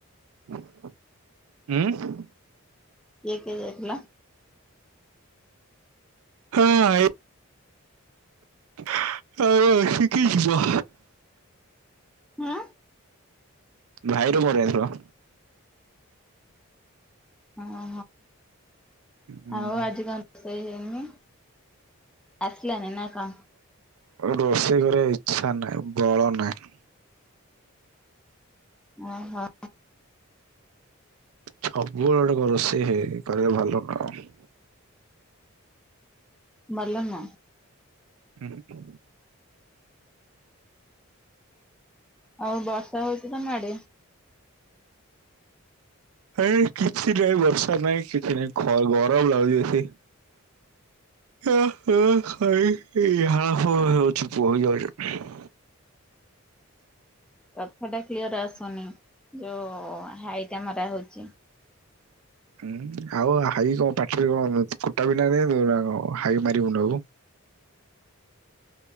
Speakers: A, on the right; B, in the centre.
A: ଉଁ?
B: କିଏ କିଏ ଯାଇଥିଲ?
A: ହଁ ଏ ଅ କିଏ କିଏ ଯିବ?
B: ହାଁ?
A: ଭାଇର ମୋର ଆଇଥିଲ।
B: ଓହୋ
A: ହୁଁ।
B: ଆଉ ଆଜି କଣ ରୋଷେଇ ହେଇନି? ଆସିଲାନି ନାଁ କଣ?
A: ରୋଷେଇ କରିବା ଇଚ୍ଛା ନାହିଁ ବଳ ନାହିଁ।
B: ଓହ।
A: ସବୁବେଳେ ଗୋଟେ କ ରୋଷେଇରେ କରିବା ଭଲ ନାଁଉ?
B: ଭଲ ନା?
A: ହୁଁ ହୁଁ।
B: ଆଉ ବର୍ଷା ହୋଉଛି ତମ ଆଡ଼େ?
A: କାଇଁ କିଛି ନାହିଁ ବର୍ଷା ନାହିଁ କିଛି ନାହିଁ ଖ ଗରମ୍ ଲାଗୁଛି ବେଶୀ। <inaudible>
B: କଥା ଟା କ୍ଲିଅର୍ ଆସୁନି ଯୋଉ ହାଇଟା ମରା ହୋଉଛି।
A: ହୁଁ ଆଉ ହାଇ କଣ ପାଟିରେ କଣ କୁଟା ବିଣ୍ଡା ଦେଇ ଦବୁ ନା କଣ ହାଇ ମାରିବୁନୁ ଆଉ।